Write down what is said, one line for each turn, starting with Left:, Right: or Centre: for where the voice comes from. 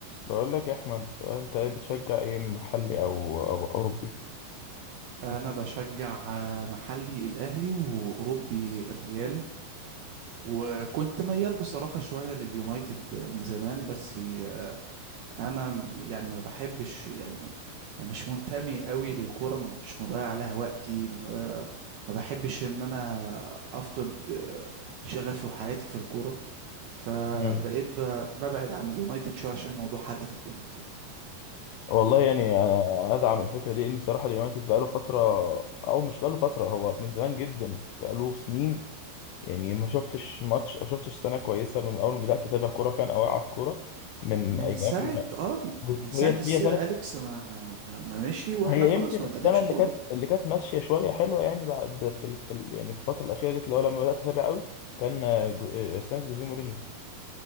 Left: بقول لك يا احمد انت ايه بتشجع ايه محلي او او اوروبي
Right: انا بشجع آه، محلي الاهلي واوروبي الريال وكنت ميال بصراحة شوية لليونايتد من زمان بس آه، انا م- يعني ما بحبش يعني م- مش منتمي قوي للكورة م- مش مضيع عليها وقتي م- آه، ما بحبش ان انا افقد آه، شغفي وحياتي في الكورة فبقيت
Left: مم.
Right: ب- ببعد عن اليونايتد شوية عشان موضوع حرقة الدم وكده
Left: والله يعني انا ادعم الفكره دي ان الصراحه اليونايتد بقاله فتره او مش بقاله فتره هو من زمان جدا بقاله سنين يعني ما شفتش ماتش او شفتش سنه كويسه من اول ما بدات اتابع كوره فعلا او على الكوره من
Right: من
Left: ايام
Right: ساعة اه من ساعة
Left: هي
Right: السير
Left: هي سنه
Right: أليكس ما ما مشي واحنا
Left: هي
Right: خلاص
Left: يمكن
Right: ما
Left: السنه
Right: بنقدمش
Left: اللي
Right: كورة
Left: كانت اللي كانت ماشيه شويه حلوه يعني بعد في ال... في ال... يعني في الفتره الاخيره ديت اللي هو لما بدات اتابع قوي كان آه، جو- آه، سنه جوزيه مورينيو